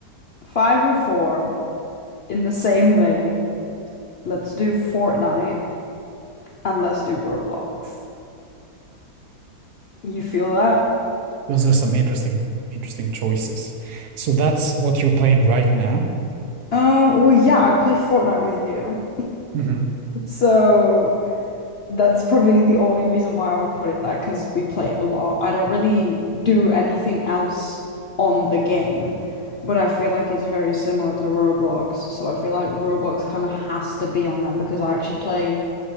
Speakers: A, on the left; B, on the right.
A: five and four in the same vein. Let's do Fortnite and let's do Roblox. You feel that?
B: Those are some interesting, interesting choices. So that's what you're playing right now.
A: Um, well, yeah, I play Fortnite with you.
B: hmm
A: So That's probably the only reason why I would put it there because we play it a lot. I don't really do anything else on the game, but I feel like it's very similar to Roblox. So I feel like Roblox kind of has to be on there because I actually play